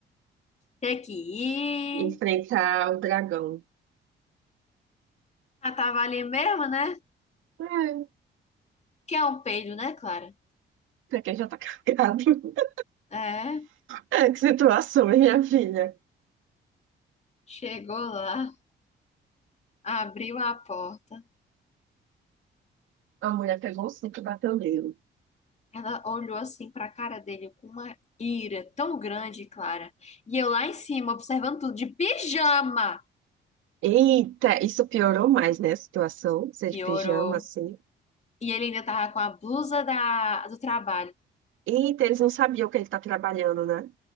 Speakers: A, on the left; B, on the right.
A: Tem que ir.
B: enfrentar o dragão.
A: Ah, tava ali mesmo, né?
B: É,
A: Que é um peido, né, Clara?
B: pra quem já tá carregado. <laughs>
A: É.
B: É, que situação, hein, minha filha?
A: Chegou lá, abriu a porta.
B: A mulher pegou o cinto e bateu nele.
A: Ela olhou assim pra cara dele com uma ira tão grande, Clara. E eu lá em cima, observando tudo, de pijama.
B: Eita, isso piorou mais, né, a situação, ser
A: Piorou.
B: de pijama, assim.
A: E ele ainda tava com a blusa da, do trabalho.
B: Eita, eles não sabiam que ele tá trabalhando, né?